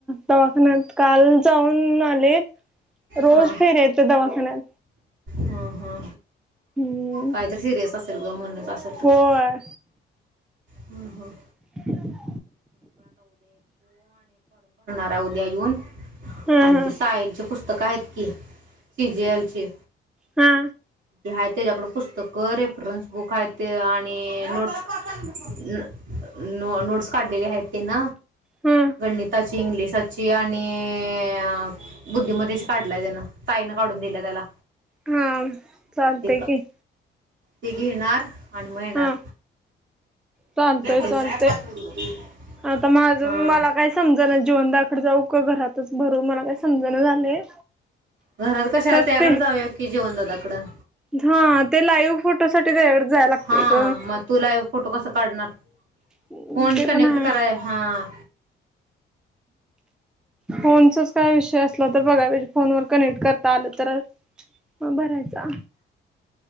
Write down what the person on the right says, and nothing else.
हा
हा, हा.
काहीतरी सिरियस असेल ग म्हणूनच असेल तस.
हम्म हा.
जा उद्या येऊन
आणखी
सायलच पुस्तक आहेत की सीजीएलची.
आहे त्याच्याकडं, पुस्तकं, रेफरन्स बुक आहेत आणि नोट् नोट्स काढलेले आहेत तेन.
गणिता इंग्लिसाची आणि आ आ बुद्धिमतेची काढलाय त्यांन. ताईनं काढून दिलंय त्याला.
मग ते
ते घेणार आणि मग येणार.
मग तेच
हा
घरात कशाला
त्याकडं
जाऊया की जिवनदादाकडं.
हा
मग तू लाईव्ह फोटो कसा काढणार
फोन
कनेक्ट
कराय हा